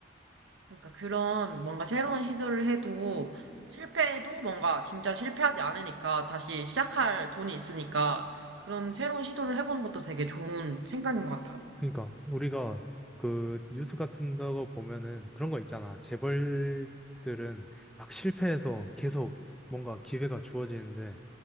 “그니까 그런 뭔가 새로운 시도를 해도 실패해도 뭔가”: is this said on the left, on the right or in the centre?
Right